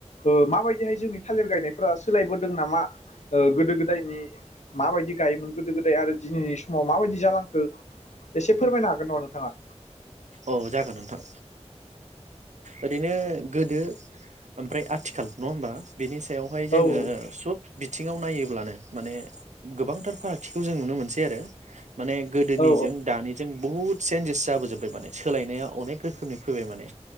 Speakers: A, on the left; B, on the right.
A: ओ माबायदिहाय जोंनि थालिर गायनायफोरा सोलायबोदों नामा गोदो गोदायनि माबायदि गायोमोन गोदो गोदाय आरो दिनैनि समाव माबायदि जालांखो एसे फोरमायनो हागोन नामा नोंथाङा?
B: औ जागोन नोंथां ओरैनो गोदो ओमफ्राय आथिखाल नङा होमबा बिनि सायावहाय जोङो
A: औ औ
B: सब बिथिङाव नायोब्लानो माने गोबांथार फारागथिखौ जों नुनो मोनसै आरो माने गोदोनिजों
A: औ
B: दानिजों बुहुद चेन्जेस जाबोजोबबाय माने सोलायनाया अनेक रोखोमनि फैबाय माने